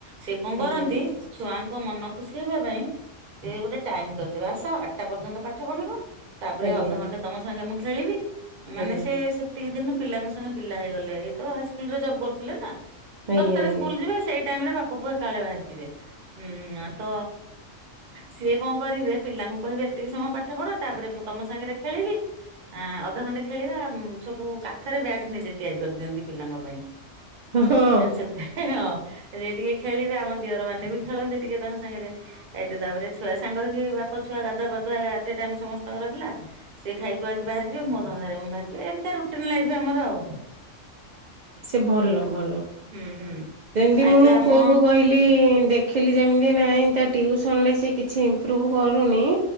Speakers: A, on the right; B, on the right.
A: ସେ କଣ
B: ଆଜ୍ଞା
A: କରନ୍ତି ଛୁଆଙ୍କ ମନ ଖୁସି ହବା ପାଇଁ ସେ ଗୋଟେ ଟାଇମ କରିଦେବେ ଆସ ଆଠଟା ପର୍ଯ୍ୟନ୍ତ ପାଠ ପଢିବ ତାପରେ
B: ଆଜ୍ଞା
A: ଅଧଘଣ୍ଟା ତମ ସାଙ୍ଗେ ମୁଁ ଖେଳିବି ମାନେ
B: ଆଜ୍ଞା
A: ସେ ସେତିକି ଦିନ ପିଲାଙ୍କ ସାଙ୍ଗେ ପିଲା ହେଇଗଲେ ଏଇ ତ ହାଇସ୍କୁଲ ରେ ଜବ୍ କରୁଥିଲେ ନା।
B: ଆଜ୍ଞା
A: ଦଶଟାରେ
B: ଆଜ୍ଞା
A: ସ୍କୁଲ ଯିବେ ସେଇ ଟାଇମରେ ବାପା ପୁଅ ଏକାବେଳେ ବାହାରି ଯିବେ ଉଁ ତ ସିଏ କଣ କରିବେ ପିଲାଙ୍କୁ କହିବେ ଏତିକି ସମୟ ପାଠ ପଢ ତାପରେ ମୁଁ ତମ ସାଙ୍ଗରେ ଖେଳିବି ଆ ଅଧଘଣ୍ଟେ ଖେଳିବା ସବୁ କାଠରେ ବ୍ୟାଟ ନିଜେ ତିଆରି କରିଦିଅନ୍ତି ପିଲାଙ୍କ ପାଇଁ।
B: ହଁ
A: ଆ ସେତ ହଁ ସେ ଟିକେ ଖେଳିବେ ଆମ ଦିଅ ର ମାନେ ବି ଖେଳନ୍ତି ଟିକେ ତାଙ୍କ ସାଙ୍ଗରେ। ଏଇଠି ତାପରେ ଛୁଆ ସାଙ୍ଗ କି ବାପ ଛୁଆ ଗାଧୁଆ ପାଧୁଆ ଅଟେ ଟାଇମ ସମସ୍ତଙ୍କର ହେଲା। ସେ ଖାଇ ଖୁଆକି ବାହାରିଯିବେ ମୋ ଧନ୍ଦାରେ ମୁ ବାହାରଯିବି ଏମିତିଆ ରୁଟିନ ଲାଇଫ ଆମର ଆଉ।
B: ସିଏ ଭଲ
A: ଆଉ
B: ଭଲ।
A: ହୁଁ ହୁଁ।
B: ସେମିତି ମୁଁ
A: ଏବେ ଆମ
B: ପୁଅକୁ କହି ଦେଖିଲି ଯେମିତି ନାଇ ତା ଟିଉସନରେ ସେ କିଛି ଇମ୍ପ୍ରୁଭ କରୁନି।